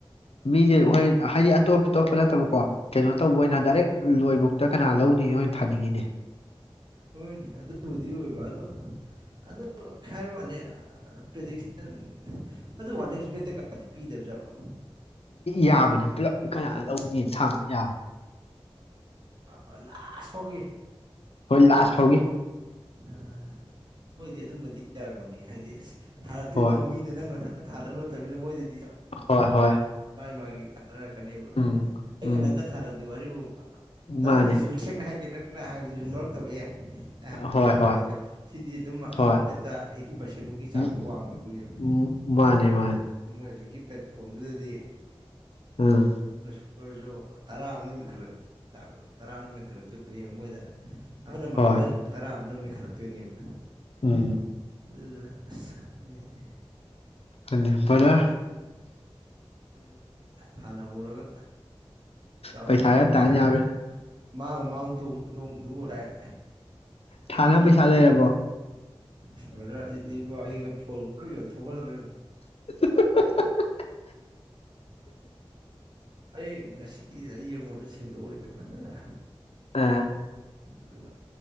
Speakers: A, on the left; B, on the right.
A: ꯃꯤꯦ ꯍꯥꯏ ꯇꯣꯞ ꯇꯣꯞꯄ ꯅꯠꯇꯕ ꯀꯣ ꯀꯩꯅꯣ ꯇꯧꯕ ꯑꯣꯏꯅ
B: ꯎꯝ
A: ꯗꯥꯏꯔꯦꯛ ꯂꯣꯏꯕ ꯀꯅꯥ ꯂꯧꯅꯤꯣꯏ ꯑꯣꯏꯅ ꯊꯥꯅꯤꯡꯉꯤꯅꯦ
B: ꯍꯣꯏꯅꯦ ꯑꯗꯨꯕꯨꯗꯤ ꯑꯣꯏꯕ ꯑꯗꯣ ꯑꯗꯨ ꯈꯥꯏꯕ ꯋꯥꯅꯤ ꯄ꯭ꯔꯔꯤꯗꯤꯛꯁꯟ ꯑꯗꯨ ꯋꯥꯟ ꯑꯦꯛꯁ ꯕꯦꯠꯇ ꯀꯥꯗꯤ ꯄꯤꯗꯕꯖꯠꯔꯣ
A: ꯌꯥꯕꯅꯦ ꯄꯨꯂꯞ ꯀꯅꯥ ꯂꯧꯅꯤ ꯊ ꯌꯥꯕ
B: ꯂꯥꯁ ꯐꯥꯎꯒꯤ
A: ꯍꯣꯏ ꯂꯥꯁ ꯍꯒ
B: ꯑ ꯃꯣꯏꯗꯤ ꯑꯗꯨꯝꯕꯗꯤ ꯌꯥꯔꯝꯒꯅꯤ ꯍꯥꯏꯗꯤ ꯑ ꯊꯥꯔꯛꯇꯣꯏꯗꯕ
A: ꯍꯣꯏ
B: ꯃꯤꯗꯣ ꯅꯪꯅ ꯊꯥꯗꯕ ꯅꯠꯇꯅꯤꯅ ꯃꯣꯏꯗꯤ
A: ꯍꯣꯏ ꯍꯣꯏ
B: ꯃꯥꯒꯤꯦ ꯊꯅꯔꯛꯀꯅꯦꯕ
A: ꯎꯝ
B: ꯑꯩꯒ
A: ꯎꯝ
B: ꯅꯪꯒ ꯊꯥꯅꯕꯗꯤ ꯋꯥꯔꯤꯔꯤꯕ ꯐꯥꯎꯕ ꯅꯪꯒꯤꯁꯨ
A: ꯃꯥꯅꯦ
B: ꯁꯦꯡꯅ ꯍꯥꯏꯒꯦꯗ ꯍꯥꯏꯕꯗꯨꯁꯨ ꯂꯧꯔꯛꯇꯕ ꯌꯥꯏ
A: ꯍꯣꯏ
B: ꯂꯧꯔꯛꯇꯕ
A: ꯍꯣꯏ
B: ꯌꯥ ꯁꯤꯗꯤ ꯑꯗꯨꯝ
A: ꯍꯣꯏ
B: ꯍꯟꯗ꯭ꯔꯦꯠꯇ ꯑꯩꯠꯇꯤ ꯄꯥꯔꯁꯦꯟꯃꯨꯛꯀꯤ ꯆꯥꯡꯗ
A: ꯎꯝ
B: ꯋꯥꯡꯗꯣꯏꯅꯦꯕ
A: ꯎꯝ ꯃꯥꯅꯦ
B: ꯑꯗꯨ
A: ꯃꯥꯅꯦ
B: ꯃꯣꯏ ꯍꯧꯖꯤꯛꯀꯤ ꯄ꯭ꯂꯦꯠꯐꯣꯝꯗꯨꯗꯗꯤ
A: ꯎꯝ
B: ꯑꯣꯏꯔꯁꯨ ꯇꯔꯥ ꯑꯃꯅꯦꯟꯈꯠꯂ ꯇꯔꯥ ꯃꯦꯟꯈꯠꯂꯛꯇꯣꯏ ꯃꯣꯏꯗ ꯑꯅ ꯃꯥꯡꯉꯂ
A: ꯍꯣꯏ
B: ꯇꯔꯅ ꯈꯜꯂꯛꯇꯣꯏꯅꯦꯕ
A: ꯎꯝ
B: ꯑꯗꯨꯅ ꯁꯤ ꯈꯪꯗꯦ ꯍꯥꯏ
A: ꯑ ꯐꯔ
B: ꯊꯥꯟꯅꯍꯧꯔꯒ ꯗꯥꯎ
A: ꯄꯩꯁꯥꯒ
B: ꯌꯦꯡꯍꯧꯔꯁꯤꯅ
A: ꯇꯥꯟ ꯌꯥꯕ꯭ꯔꯥ
B: ꯃꯥꯡ ꯃꯥꯡ ꯇꯣꯡ ꯇꯣꯡꯗꯨ ꯑꯣꯏꯔꯥꯏ ꯈꯔ
A: ꯊꯥꯅ
B: ꯌꯦꯡꯗ꯭ꯔꯗꯤ
A: ꯄꯩꯁꯥ ꯂꯩꯔꯕꯣ
B: ꯏꯁꯄ ꯑꯗꯨꯗꯤ ꯕ ꯑꯩꯒ ꯑꯣ ꯊꯧꯈꯥꯖꯦ
A: <inaudible>
B: ꯑꯩ ꯉꯁꯤ ꯌꯦꯡꯉꯗ ꯇꯁꯤꯡꯗꯣ ꯑꯣꯔ ꯐꯖꯔꯦ
A: ꯑ
B: ꯑꯗꯨꯒ